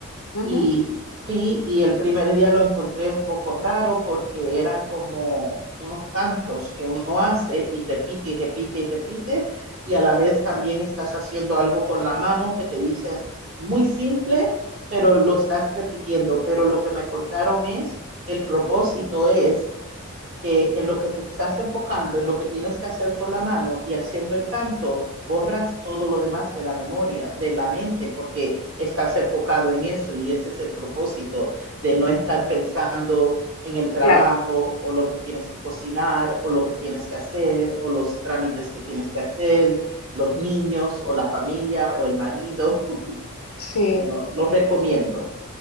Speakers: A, on the left; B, on the right.
A: Ujú,
B: y fui y el primer día lo encontré un poco raro porque eran como unos cantos que uno hace y repite y repite y repite y a la vez también estás haciendo algo con la mano que te dice muy simple, pero lo estás repitiendo. Pero lo que me contaron es, el propósito es que en lo que te estás enfocando, en lo que tienes que hacer con la mano y haciendo el canto, borras todo lo demás de la memoria, de la mente, porque estás enfocado en eso y ese es el propósito de no estar pensando en el trabajo
A: claro,
B: o lo que tienes que cocinar o lo que tienes que hacer o los trámites que tienes que hacer, los niños o la familia o el marido. <laughs>
A: sí.
B: Bueno, los recomiendo.